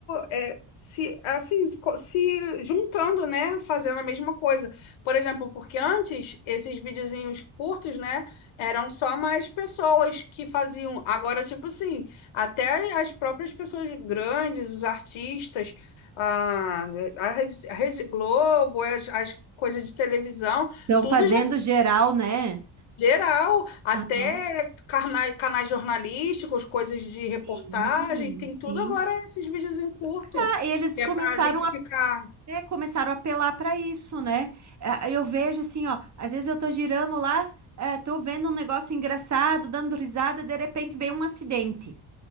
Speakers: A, on the left; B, on the right.
A: é, se assim se co- se juntando, né? Fazendo a mesma coisa. Por exemplo, porque antes esses videozinhos curtos, né? Eram só mais pessoas que faziam. Agora, tipo assim, até as próprias pessoas grandes, os artistas, a, a Rede, a Rede Globo, as, as coisas de televisão,
B: Estão
A: tudo
B: fazendo
A: já
B: geral, né?
A: Geral, até
B: Aham.
A: carna- canais jornalísticos, coisas de reportagem,
B: Sim,
A: tem
B: sim.
A: tudo agora esses vídeos em curto,
B: Ah, eles
A: que
B: começaram
A: é pra gente
B: a,
A: ficar.
B: é, começaram a apelar para isso, né? Ah, Eu vejo assim, ó, às vezes eu tô girando lá, é, tô vendo um negócio engraçado, dando risada, de repente vem um acidente.